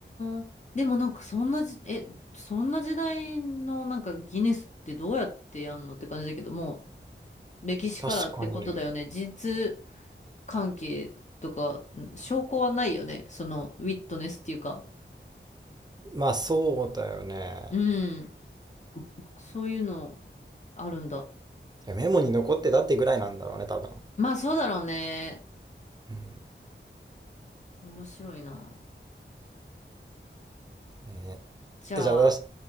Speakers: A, on the left; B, on the right.
A: ーん。でもなんかそんなじ、え、そんな時代のなんかギネスってどうやってやんのって感じだけども、歴史からってことだよね。
B: 確かにね。
A: 事実関係とか、うん証拠はないよね。そのウィットネスっていうか。
B: まあ、そうだよね。
A: うん。そういうのあるんだ。
B: いやメモに残ってたってぐらいなんだろうね、多分。
A: まあそうだろうね。
B: うん
A: 面白いな。
B: え
A: じゃあ、
B: ーじゃあ出し